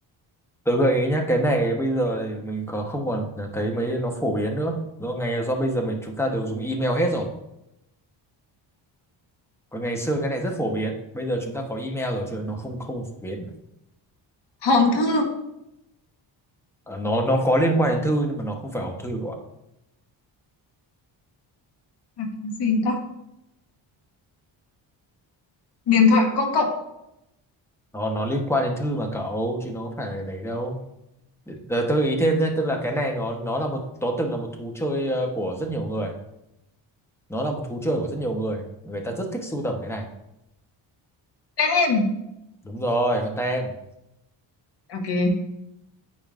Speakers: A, in the centre; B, on the left.
A: Tớ gợi ý nhá, cái này bây giờ thì mình có không còn thấy mấy nó phổ biến nữa. Do ngày do bây giờ mình chúng ta đều dùng email hết rồi. Còn ngày xưa cái này rất phổ biến. Bây giờ chúng ta có email rồi chứ nó không không phổ biến.
B: hòm thư
A: Ờ, nó nó có liên quan đến thư nhưng mà nó không phải hòm thư các bạn.
B: Là cái gì ta điện thoại công cộng
A: Nó nó liên quan đến thư mà cậu chứ nó không phải là đấy đâu. Tớ, tớ gợi ý thêm nhé, tức là cái này nó nó là một nó từng là một thú chơi ờ, của rất nhiều người. Nó là một thú chơi của rất nhiều người. Người ta rất thích sưu tầm cái này.
B: tên
A: Đúng rồi, con tem.
B: ok